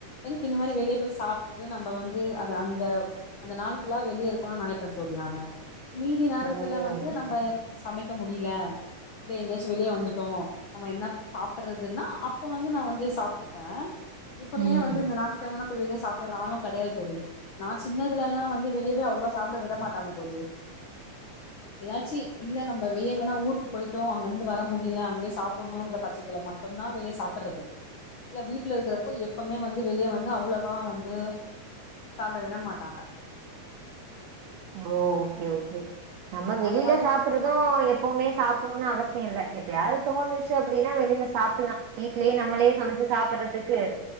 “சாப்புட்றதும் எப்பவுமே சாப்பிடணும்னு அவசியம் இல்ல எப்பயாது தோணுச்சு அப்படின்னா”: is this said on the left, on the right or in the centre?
Right